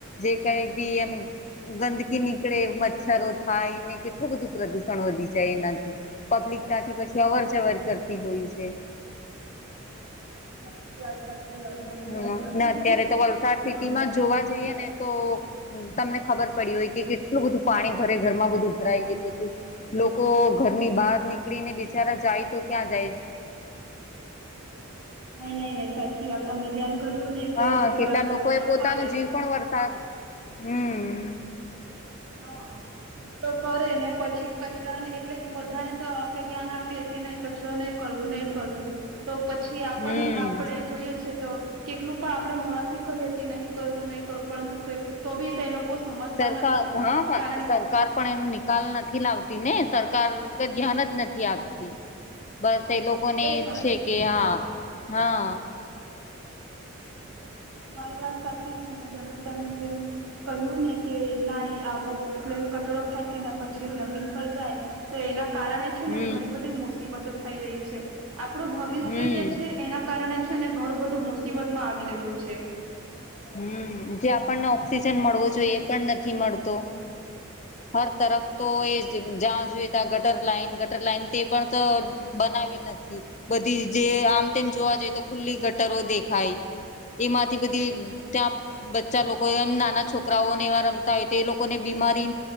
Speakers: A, on the left; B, on the right.
A: જે કઈ બી એમ ગંદકી નીકળે મચ્છરો થાયને કેટલું બધું પ્રદુષણ વધી જાય એનાથી પબ્લિક ત્યાંથી પછી અવર જવર કરતી હોય છે
B: સાચી વાત સાચી વાત તમે
A: હ
B: જેમ કહ્યું
A: અત્યારે
B: ને
A: તો વલસાડ
B: હા
A: સિટી માં જ જોવા જઈએે ને તો તમને ખબર પડી હોય કે કેટલું બધું પાણી ઘરે ઘરમાં બધું ભરાય ગયેલું હતું લોકો ઘરની બહાર નીકળીને બિચારા જાય તો ક્યાં જાય
B: નઈ નઈ નહી સાચી વાત તમે જેમ કહ્યું ને કે
A: હા
B: કચરો
A: કેટલા લોકો એ પોતાનો
B: કરે
A: જીવ પણ વરસાદ હમ
B: હા કચરો કરે ને પછી કચરાને એટલે કે બધાને તો આપડે જ્ઞાન આપીએ કે નહી કચરો નહી કરવું નહીં કરવું તો પછી આપણ
A: હમ
B: આપણે જોઈએ છે તો કેટલું પણ આપડે મોડાથી કહીએ કે નહી કરવું નહી કરવું પરંતુ તો બી તે લોકો સમજતા
A: સરકાર
B: નથી
A: <unintelligible> હા
B: કારણ એ
A: સરકાર પણ એનો નિકાલ નથી લાવતી ને સરકાર કઈ ધ્યાન જ નથી આપતી બસ એ લોકો ને
B: જ વાત
A: છે
B: ને
A: કે હા હા
B: તમારી વાત સાચી છે ને જેમે તેમ જેમ કહ્યું ને કે ના આવું એટલે કચરો ફેંકે ને પછી જમીન પર જાય તો એના કારણે જ જે
A: હમ
B: ને ઘણી બધી મુસીબતો થઈ રહી છે આપડુ ભવિષ્ય
A: હમ
B: જે છે એના કારણે છે ને ઘણું બધું મુસીબતમાં આવી રહ્યું છે
A: હમ જે આપણને ઓક્સિજન
B: હમ
A: મળવુ જોઈએ પણ નથી મળતો હર તરફ તો એ જા જોઈ ત્યાં ગટર લાઈન ગટર લાઈન તે પણ તો બનાવી નથી બધી જે આમ તેમ જોવા જઈ તો ખુલ્લી ગટરો દેખાય એમાંથી બધી ત્યાં બચ્ચા લોકો એમ નાના છોકરાઓને એવા રમતા હોય તો એ લોકોને બીમારી